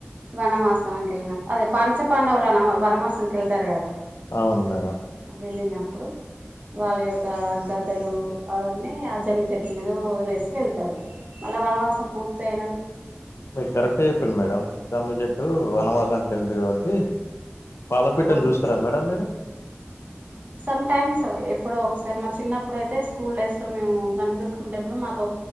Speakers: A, on the right; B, on the left.
A: వనమాసమ కిళ్నా అదే పాంచ పాండవులనా వనమాసం కిళ్తారు కదా
B: అవును మేడం
A: వెళ్ళినప్పుడు వాళ్ళ యొక్క గదలు అవన్నీ ఆ జమ్మి చెట్టు మీద వదిలేసి వెళ్త మళ్ళ వనవాసం పూర్త అయినా
B: మీకు కరెక్ట్ చెప్పను మేడం తమ్మి చెట్టు వనవాసాంనికి వెళ్దు కాబట్టి పాలపిట్టని
A: ఆ
B: చూస్తారా మేడం మీరు
A: సమ్ టైమ్స్ ఎప్పుడో ఒకసారి మా చిన్నప్పుడు అయితే స్కూల్ డేస్ లో మేము కనకదుర్గ టెంపుల్ మాకు